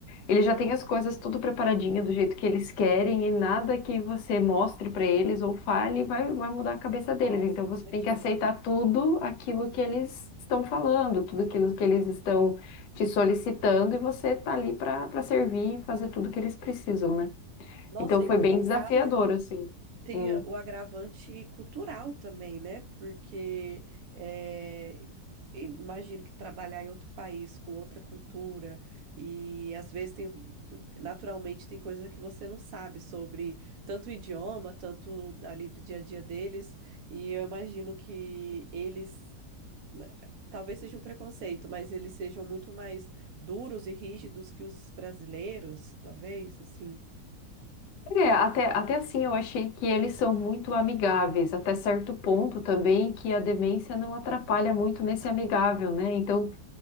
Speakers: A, on the left; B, on the right.
A: ele já tem as coisas tudo preparadinha do jeito que eles querem e nada que você mostre pra eles ou fale vai, vai mudar a cabeça deles.
B: nossa,
A: Então você
B: imagino.
A: tem que aceitar tudo aquilo que eles estão falando, tudo aquilo que eles estão te solicitando e você tá ali pra para servir e fazer tudo que eles precisam, né?
B: Nossa,
A: Então foi
B: e no
A: bem
B: seu caso?
A: desafiador, assim.
B: tem
A: Hum.
B: o agravante cultural também, né? Porque eh, imagino que trabalhar em outro país com outra cultura e às vezes tem naturalmente tem coisa que você não sabe sobre tanto o idioma, tanto ali do dia a dia deles, e eu imagino que eles né, Talvez seja um preconceito, mas eles sejam muito mais duros e rígidos que os brasileiros, talvez, assim.
A: É, até, até assim eu achei que eles são muito amigáveis, até certo ponto também que a demência não atrapalha muito nesse amigável, né? Então